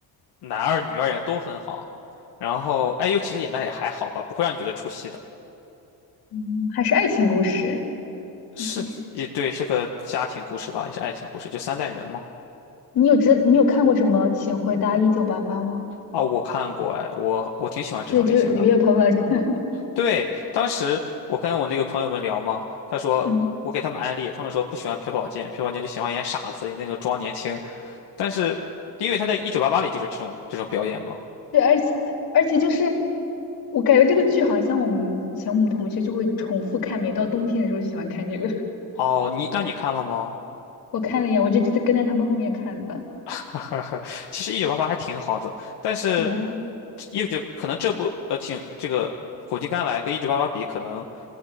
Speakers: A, on the left; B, on the left.
A: 男二、女二演的都很好，然后 IU 其实演的也还好吧，不会让你觉得出戏的。
B: 嗯，还是爱情故事。
A: 是，
B: OK，
A: 也对，是个家庭故事吧，也是爱情故事，就三代人嘛。
B: 你有知你有看过什么《请回答一九八八》吗？
A: 哦，我看过，哎，我我挺喜欢这种类型的。
B: 对，就是里面有彭宝强。<laughs>
A: 对，当时我跟我那个朋友们聊嘛，他说我给他们安利，
B: 嗯，
A: 他们说不喜欢朴宝剑，朴宝剑就喜欢演傻子，演那种装年轻。但是因为他在《一九八八》里就是这种这种表演嘛。
B: 对，而且而且就是我感觉这个剧好像我们以前我们同学就会重复看，每到冬天的时候就喜欢看这个。
A: 哦，你那你看了吗？
B: <laughs> 我看了一眼，我就就跟在他们后面看的。
A: <laughs> 哈哈哈，其实一九八八还挺好的，但是
B: 对。
A: 一九可能这部呃挺这个苦尽甘来跟一九八八比，可能